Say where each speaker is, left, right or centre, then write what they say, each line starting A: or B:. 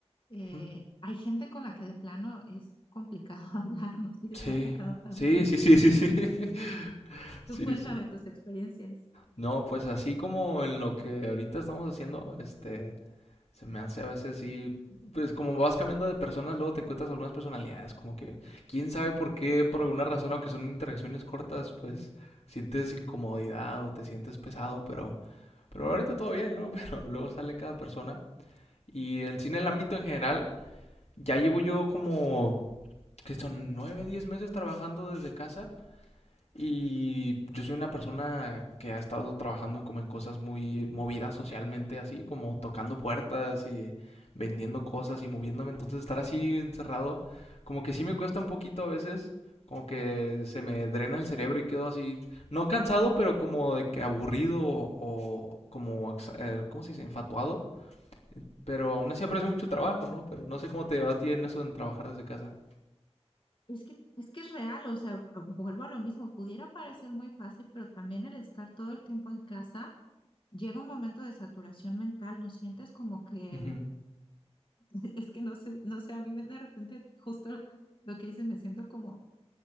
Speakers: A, on the left; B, on the left.
A: Eh,
B: Ujú.
A: hay gente con la que de plano es complicado <laughs> hablar, no sé si
B: Sí.
A: te ha tocado también.
B: Sí, sí, sí, sí, sí. <laughs> Sí,
A: Tú cuéntame
B: sí.
A: tus experiencias.
B: No, pues así como en lo que ahorita estamos haciendo, este, se me hace a veces sí, pues como vas cambiando de personas, luego te encuentras algunas personalidades, como que quién sabe por qué, por alguna razón, aunque son interacciones cortas, pues sientes incomodidad o te sientes pesado, pero... Pero ahorita todo bien, ¿no? <laughs> Pero luego sale cada persona. Y el cine, el ámbito en general, ya llevo yo como, que son? nueve diez meses trabajando desde casa. Y yo soy una persona que ha estado trabajando como en cosas muy movidas socialmente, así como tocando puertas y vendiendo cosas y moviéndome. Entonces estar así encerrado, como que sí me cuesta un poquito a veces, como que se me drena el cerebro y quedo así, no cansado, pero como de que aburrido o, o como, exa- eh, ¿cómo se dice? Enfatuado. Pero aún así aprecio mucho el trabajo, ¿no? Pero no sé cómo te va a ti en eso en trabajar desde casa.
A: Es que, es que es real, o sea, vuelvo a lo mismo, pudiera parecer muy fácil, pero también el estar todo el tiempo en casa, llega un momento de saturación mental, no sientes como que,
B: Ujú.
A: <laughs> es que no sé, no sé, a mí me, de repente justo lo que dices, me siento como,